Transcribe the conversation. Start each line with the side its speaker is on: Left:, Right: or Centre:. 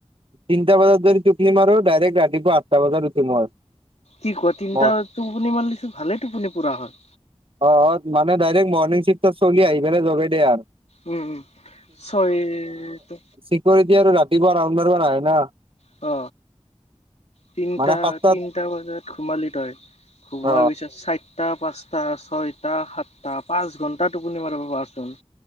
Right: তিনটা বজাত যদি টোপনি মাৰো ডাইৰেক ৰাতিপুৱা আঠটা বজাত উঠিম মই
Left: কি ক তিনটা
Right: মই
Left: টোপনি মাৰলিছোন ভালেই টোপনি পুৰা হয়
Right: অ অ মানে ডাইৰেক্ট মৰনিং চিফ্টটো চলি আহি পেলাই জগাই দিয়ে আৰু
Left: উম ছয়টো
Right: চিকৰিতি আৰু ৰাতিপুৱা ৰাউণ্ডাৰত নাহে না
Left: অ তিনিটা
Right: মানে সাতটাত
Left: তিনটা বজাত ঘুমালি তই ঘুমোৱাৰ
Right: অ
Left: পিছত চাইত সাতটা পাঁচটা ছয়টা সাতটা পাঁচ ঘণ্টা টোপনি মাৰব পাৰচোন